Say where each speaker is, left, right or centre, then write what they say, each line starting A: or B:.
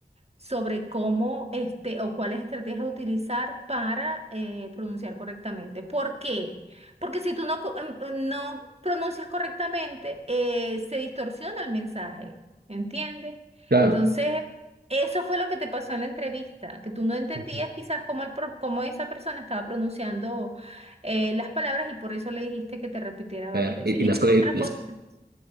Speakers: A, on the right; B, on the right.
A: sobre cómo este o cuáles estrategias utilizar para eh, pronunciar correctamente. ¿Por qué? Porque si tú no, co- em, em, no pronuncias correctamente, eh, se distorsiona el mensaje, ¿entiendes?
B: Claro.
A: Entonces, eso fue lo que te pasó en la entrevista, que tú no entendías
B: Ujú.
A: quizás cómo, el pro- cómo esa persona estaba pronunciando eh, las palabras y por eso le dijiste que te repitiera varias
B: Claro.
A: veces.
B: Y,
A: ¿Y
B: y las,
A: qué
B: co-
A: otra
B: y las,
A: cosa? te pasó?